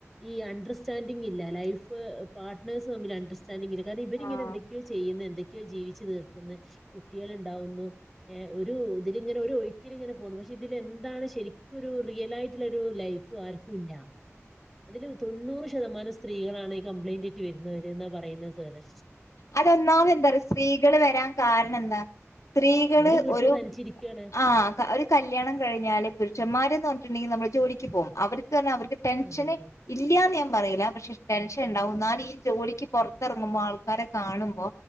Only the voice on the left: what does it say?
ആഹ്
അതൊന്നാമത് എന്താ സ്ത്രീകള് വരാൻ കാരണം എന്താ സ്ത്രീകള്
ഒരു
ആഹ് കാരി കല്യാണം കഴിഞ്ഞാല് പുരുഷന്മാരെന്ന് പറഞ്ഞിട്ടുണ്ടെങ്കിൽ നമ്മള് ജോലിക്ക് പോകും അവർക്ക് തന്നെ അവർക്ക് ടെൻഷന്
ഇല്ലാന്ന് ഞാൻ പറയില്ല പക്ഷെ ടെൻഷൻ ഉണ്ടാവും എന്നാൽ ഈ ജോലിക്ക് പുറത്തിറങ്ങുമ്പോൾ ആൾ ക്കാരെ കാണുമ്പോ